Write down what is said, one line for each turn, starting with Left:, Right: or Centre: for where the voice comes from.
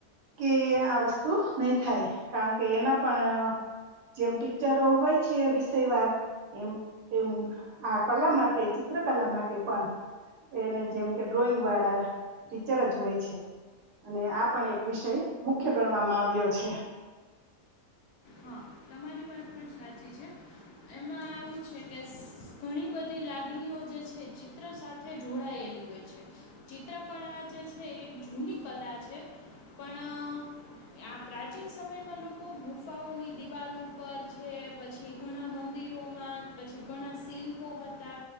Right: કે આ વસ્તુ નહી, થાય કારણ કે એના પણ જેમ ટીચરો હોય છે, વિષય વાર એમ, એમ આ કલા માટે ચિત્ર કલા માટે, પણ એને જેમ કે ડ્રોઈંગ વાળા ટીચર જ હોય, છે. અને આ પણ એક વિષય મુખ્ય ગણવામાં આવ્યો છે.
Left: હા, તમારી વાત પણ સાચી છે. એમાં આવું છે, કે ઘણી બધી લાગણીઓ જે છે, ચિત્ર સાથે જોડાયેલી ચિત્રકળા જે છે, એ એક જૂની કલા છે. પણ આ પ્રાચીન સમયમાં લોકો, ગુફાઓની દિવાલ ઉપર છે, પછી ઘણા મંદિરોમાં પછી ઘણા શિલ્પો હતા.